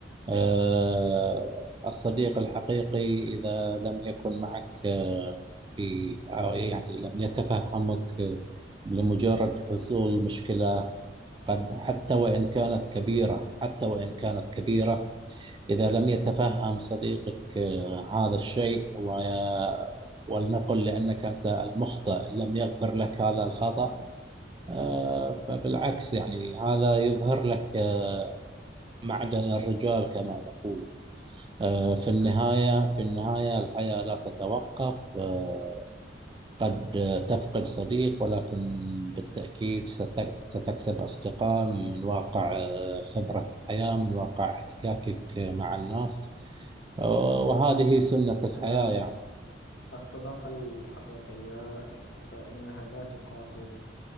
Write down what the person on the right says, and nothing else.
آه، الصديق الحقيقي إذا لم يكن معك آه، في أو يعني لم يتفهمك آه، لمجرد حصول مشكلة قد حتى وإن كانت كبيرة حتى وإن كانت كبيرة إذا لم يتفهم صديقك آه، هذا الشيء و ولنقل لأنك أنت المخطئ إن لم يغفر لك هذا الخطأ آه، فبالعكس يعني هذا يظهر لك آه، معدن الرجال كما نقول آه، في النهاية
في النهاية الحياة لا تتوقف آه، قد تفقد صديق ولكن بالتأكيد ست- ستكسب أصدقاء من واقع آه، خبرة الحياة من واقع احتكاكك مع الناس آه، وهذه سنة الحياة
يعني